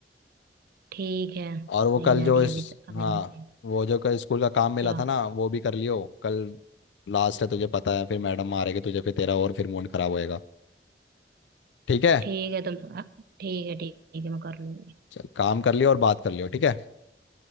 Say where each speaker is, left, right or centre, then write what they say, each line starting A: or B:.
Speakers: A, on the right; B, on the left.
A: ठीक है नहीं
B: और वो कल
A: जा
B: जो
A: रही
B: इस
A: अभी तो अभी
B: हाँ
A: मैं कहीं
B: वो जो कल स्कूल का काम मिला
A: क्या
B: था ना वो भी कर लियो कल लास्ट है तुझे पता है फिर मैडम मारेगी तुझे फिर तेरा और फिर मूड खराब होएगा ठीक है
A: ठीक है तुम थोड़ा ठीक है ठीक है मैं कर लूंगी
B: चल काम कर लियो और बात कर लियो ठीक है